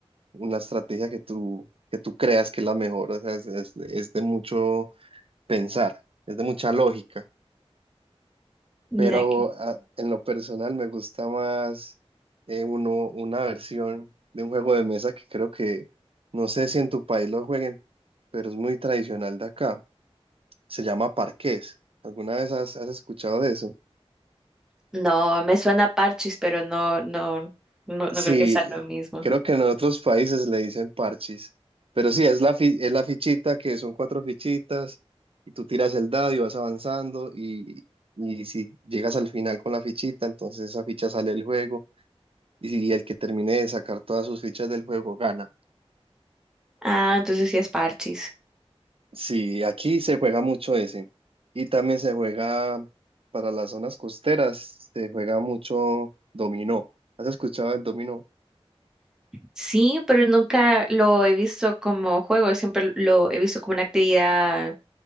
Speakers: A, on the right; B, in the centre.
A: una estrategia que tú, que tú creas que es la mejor, o sea, es, es- es de mucho pensar, es de mucha lógica,
B: Mira
A: pero
B: aquí.
A: a- en lo personal me gusta más eh, uno, una versión de un juego de mesa que creo que, no sé si en tu país lo jueguen, pero es muy tradicional de acá, se llama parqués. ¿Alguna vez has, has escuchado de eso?
B: No, me suena parchis, pero no, no, no, no
A: Sí,
B: creo que sea lo mismo.
A: creo que en otros países le dicen parchis, pero sí, es la, fi- es la fichita que son cuatro fichitas y tú tiras el dado y vas avanzando y, y si llegas al final con la fichita, entonces esa ficha sale del juego y si el que termine de sacar todas sus fichas del juego gana.
B: Ah, entonces sí es parchis.
A: Sí, aquí se juega mucho ese y también se juega para las zonas costeras, se juega mucho dominó. ¿Has escuchado el dominó?
B: Sí, pero nunca lo he visto como juego, siempre lo he visto como una actividad